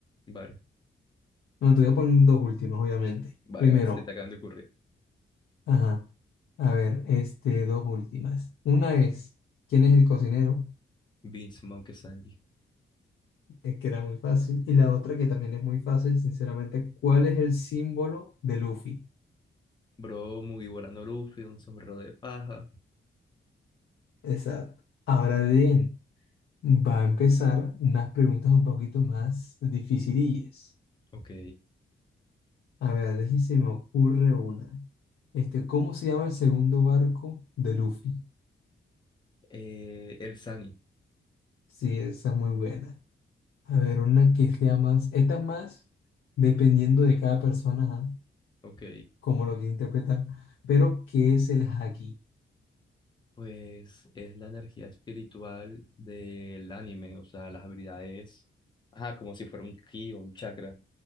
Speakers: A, on the left; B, on the left.
A: Vale,
B: No, te voy a poner dos últimas, obviamente.
A: vale,
B: Primero,
A: vale, se te acaban de ocurrir.
B: ajá. A ver, este, dos últimas. Una es, ¿quién es el cocinero?
A: Vince Monkey Sanji.
B: Es que era muy fácil. Y la otra que también es muy fácil, sinceramente, ¿cuál es el símbolo de Luffy?
A: Bro, Mugiwara no Luffy, un sombrero de paja.
B: Exacto. Ahora bien. Va a empezar unas preguntas un poquito más dificilillas.
A: Ok.
B: A ver, deje se me ocurre una. Este, ¿cómo se llama el segundo barco de Luffy?
A: Eh, el Sani,
B: Sí, esa es muy buena. A ver, una que sea más, esta es más dependiendo de cada persona, ajá,
A: ok,
B: cómo lo quiere interpretar. Pero, ¿qué es el haki?
A: pues es la energía espiritual del anime, o sea, las habilidades, ajá, como si fuera un ki o un chakra.